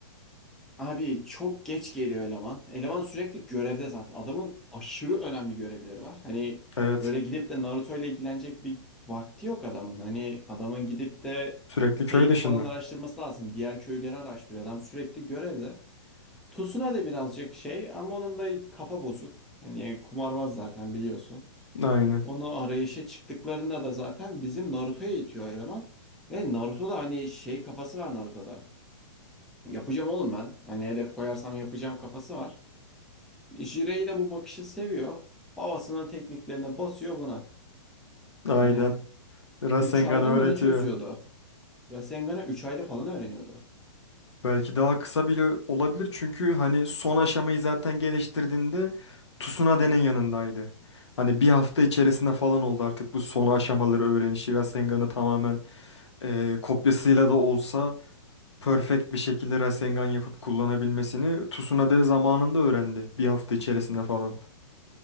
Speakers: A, in the centre; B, on the left.
A: Abi çok geç geliyor eleman. Eleman sürekli görevde zaten. Adamın aşırı önemli görevleri var. Hani
B: Evet.
A: böyle gidip de Naruto ile ilgilenecek bir vakti yok adamın. Hani adamın gidip de
B: Sürekli köy
A: Pain'i
B: dışında.
A: falan araştırması lazım. Diğer köyleri araştırıyor. Adam sürekli görevde. Tsunade de birazcık şey ama onun da kafa bozuk. Hani kumarbaz zaten biliyorsun.
B: Aynen.
A: Onu arayışa çıktıklarında da zaten bizim Naruto'ya itiyor eleman. Ve Naruto'da hani şey kafası var Naruto'da. Yapacağım oğlum ben. Hani hedef koyarsam yapacağım kafası var. Jirey de bu bakışı seviyor. Babasının tekniklerine basıyor buna.
B: Aynen.
A: Yani
B: Rasengan
A: üç ayda
B: öğretiyor.
A: mı ne çözüyordu? Rasengan'ı üç ayda falan öğreniyordu.
B: Belki daha kısa bile olabilir çünkü hani son aşamayı zaten geliştirdiğinde Tsunade'nin yanındaydı. Hani bir hafta içerisinde falan oldu artık bu son aşamaları öğrenişi. Rasengan'ı tamamen e, kopyasıyla da olsa perfect bir şekilde Rasengan yapıp kullanabilmesini Tsunade zamanında öğrendi. Bir hafta içerisinde falan.